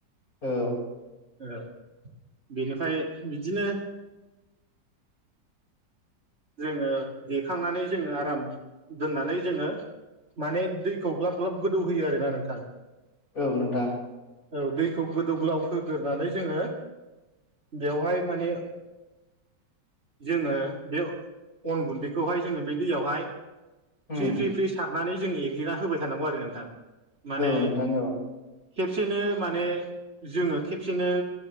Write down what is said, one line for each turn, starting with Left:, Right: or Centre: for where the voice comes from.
Left: औ।
Right: औ बेनिफ्राय बिदिनो। जोङो देखांनानै जोङो आराम दोननानै जोङो माने दैखौ ग्लाब ग्लाब गोदौहोयो आरोना नोंथां।
Left: औ नोंथां।
Right: औ दैखौ गोदौ ग्लाव होगोरनानै जोंङो बेवहाय माने जोंङो बे अन गुन्दैखौहाय जोंङो बे दैयावहाय
Left: उम
Right: फ्रि फ्रि फ्रि सारनानै जों एग्लिना होबाय थानांगौ आरो नोंथां माने
Left: औ नोंथां औ
Right: खेबसेनो माने जोंङो खेबसेनो